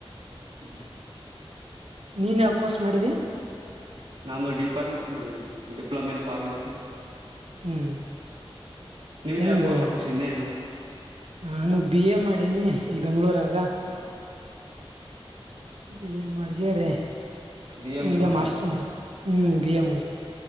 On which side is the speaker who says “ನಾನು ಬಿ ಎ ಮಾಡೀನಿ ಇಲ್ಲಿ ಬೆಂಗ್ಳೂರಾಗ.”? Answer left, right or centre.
Right